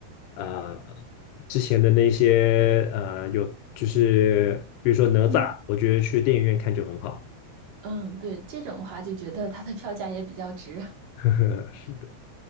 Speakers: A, on the left (about 80°); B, on the right (about 60°).
A: 啊、呃之前的那些呃，有就是比如说哪吒，
B: 嗯，
A: 我觉得去电影院看就很好。
B: 嗯，对，这种的话就觉得它的票价也比较值。
A: <laughs> 是的，